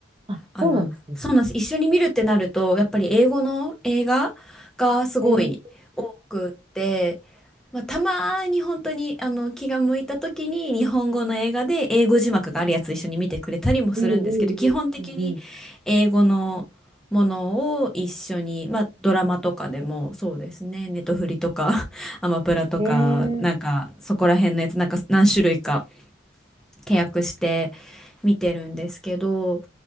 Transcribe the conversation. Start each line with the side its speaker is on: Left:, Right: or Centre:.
Right: あ、
Centre: あの、
Right: そうなんですね。
Centre: そうなんです。一緒に見るってなると、やっぱり英語の映画がすごい多くって、
Right: えー、
Centre: まあ、たまに本当にあの気が向いた時に日本語の映画で英語字幕があるやつ一緒に見てくれたりもするんですけど、
Right: うん
Centre: 基本的に
Right: うんうん
Centre: 英語のものを一緒に、まあ、ドラマとかでもそうですね、ネトフリとか <laughs> アマプラとか、
Right: うん。
Centre: なんかそこら辺のやつ、
Right: えー、
Centre: なんか何種類か契約して見てるんですけど、